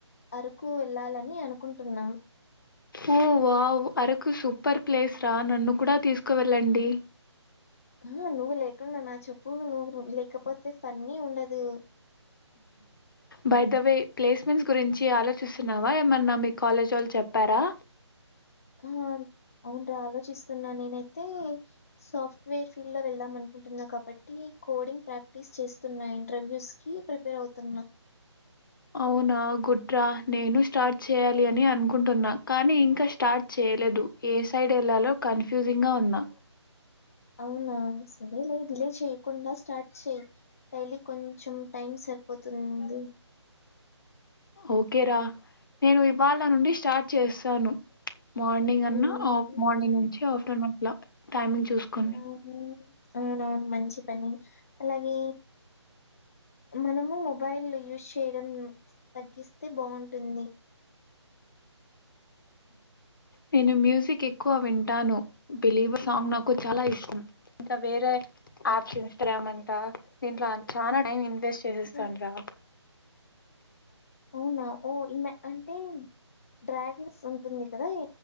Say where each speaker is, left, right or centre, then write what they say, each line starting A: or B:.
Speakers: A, on the left; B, on the left.
A: అరకు వెళ్ళాలని అనుకుంటున్నం
B: ఓ వావ్ అరకు సూపర్ ప్లేస్ రా నన్ను కూడా తీసుకువెళ్ళండి
A: ఆ నువ్వు లేకుండా నా చెప్పు నువ్వు లేకపోతే ఫన్నీ ఉండదు
B: బై ద వై ప్లేస్మెంట్స్ గురించి ఆలోచిస్తున్నావా ఏమన్నా మీ కాలేజోళ్ళు చెప్పారా
A: ఆ అవును రా ఆలోచిస్తున్నా నేనైతే సాఫ్ట్వేర్ ఫీల్డ్ లో వెళ్దాం అనుకుంటున్నా కాబట్టి కోడింగ్ ప్రాక్టీస్ చేస్తున్నా ఇంటర్వ్యూస్ కి ప్రిపేర్ అవుతున్నా
B: అవునా గుడ్ రా నేనూ స్టార్ట్ చేయాలి అని అనుకుంటున్నా కానీ ఇంకా స్టార్ట్ చెయ్యలేదు ఏ సైడ్ ఏళ్లాలో కన్ఫ్యూజింగ్ గా ఉన్నా
A: అవునా సరేలే డిలీట్ చెయ్యకుండా స్టార్ట్ చెయ్ డైలీ కొంచెం టైం సరిపోతుంది
B: ఓకే రా నేను ఇవాళ నుండి స్టార్ట్ చేస్తాను మార్నింగ్ అన్నా
A: ఉమ్,
B: ఆఫ్ మార్నింగ్ నుంచి ఆఫ్టర్నూన్ ట్లా టైమింగ్ చూసుకుని
A: అవును, అవునవును మంచి పని అలాగే మనము మొబైల్ యూజ్ చేయడం తగ్గిస్తే బావుంటుంది
B: నేను మ్యూజిక్ కెక్కువ వింటాను బిలీవ్ సాంగ్ నాకు చాలా ఇష్టం ఇంకా వేరే యాప్స్ ఇన్స్టాగ్రామ్ అంటా దీంట్లో చాలా టైం <inaudible> చేసేస్తాను
A: ఉమ్.
B: రా
A: అవునా ఓ ఇమ్మె అంటే డ్రాగన్స్ ఉంటుంది కదా